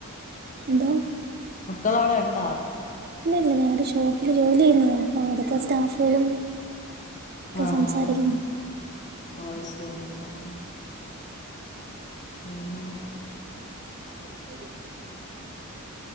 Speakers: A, on the right (about 45°); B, on the left (about 35°).
A: എന്തോ
B: മക്കൾ അവിടെ ഉണ്ടാ
A: ഇല്ലല്ല ഞാനൊരു ഷോപ്പില് ജോലി ചെയ്യുന്നത്താണ് അപ്പോൾ അവിടുത്തെ സ്റ്റാഫുകളും ഒക്കെ
B: ആഹ്
A: സംസാരിക്കുന്നു
B: ഹാ ഓ അത് ശരി ആ പിന്നെ
A: <inaudible>